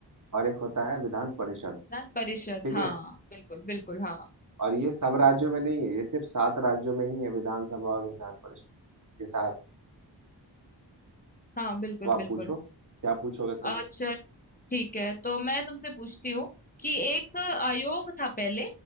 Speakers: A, on the right; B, on the left.
A: और एक होता है विधान परिषद
B: विधान परिषद
A: ठीक
B: हाँ
A: है
B: बिल्कुल बिल्कुल हाँ
A: और ये सब राज्यों में नहीं है ये सिर्फ सात राज्यों में ही है विधानसभा और विधान परिषद ये सात
B: हाँ बिल्कुल
A: अब आप
B: बिल्कुल
A: पूछो क्या पूछोगे तुम
B: अच्छा ठीक है तो मैं तुमसे पूछती हूँ कि एक आयोग था पहले